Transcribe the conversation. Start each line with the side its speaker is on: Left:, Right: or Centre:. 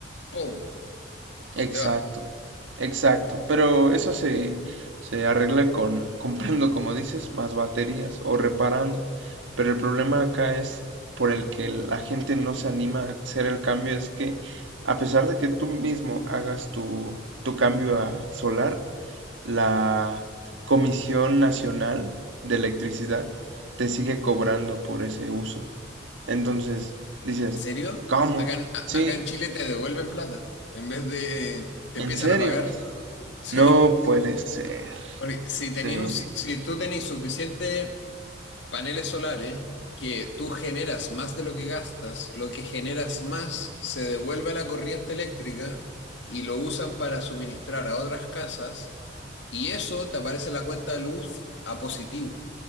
Left: ¡pum! Se
Right: Exacto,
Left: te va.
Right: exacto. Pero eso se, se arregla con <laughs> comprando, como dices, más baterías o reparando. Pero el problema acá es por el que la gente no se anima a hacer el cambio, es que a pesar de que tú mismo hagas tu, tu cambio a solar, la Comisión Nacional de Electricidad te sigue cobrando por ese uso. Entonces, dices,
Left: ¿En serio?
Right: ¿cómo?
Left: Acá, en- a-
Right: Sí,
Left: acá en Chile te devuelven plata, en vez de te
Right: en
Left: empiezan
Right: serio.
Left: a pagar. <laughs> Sí.
Right: No puede ser.
Left: Porque si tenés
Right: Sí.
Left: un- si tú tenés suficiente paneles solares que tú generas más de lo que gastas, lo que generas más se devuelve a la corriente eléctrica y lo usan para suministrar a otras casas y eso te aparece en la cuenta de luz a positivo.